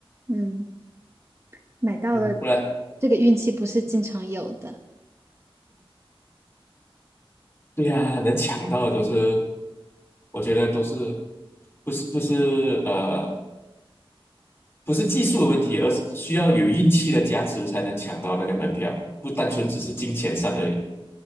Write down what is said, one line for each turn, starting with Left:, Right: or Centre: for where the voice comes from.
Right: 嗯，买到了，
Left: 嗯，不然，
Right: 这个运气不是经常有的。
Left: 对呀、能抢到的都是，我觉得都是不是不是呃不是技术的问题，而是需要有运气的加持才能抢到那个门票，不单纯只是金钱上的，